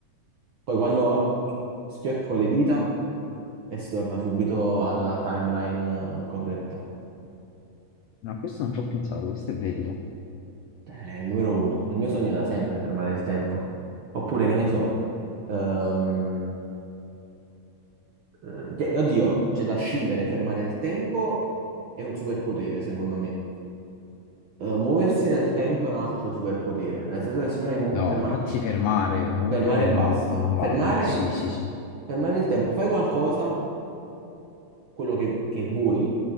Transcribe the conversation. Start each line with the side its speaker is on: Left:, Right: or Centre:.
Right: Poi quando schiocco le dita e si torna subito alla timeline eh, corretta.
Left: No, questo non ci ho pensato, questo è bello.
Right: Eh, È il numero uno. È il mio sogno da sempre fermare il tempo. Oppure, che ne so, ehm, eh, che- oddio, c'è da scindere, fermare il tempo è un superpotere, secondo me. Eh, muoversi nel tempo è un altro superpotere. Nel senso che se noi mo-
Left: No,
Right: ferma-
Left: infatti fermare, muovere
Right: fermare e basta.
Left: non, non
Right: Fermare,
Left: vale. Sì, sì, sì.
Right: fermare il tempo, fai qualcosa quello che, che vuoi,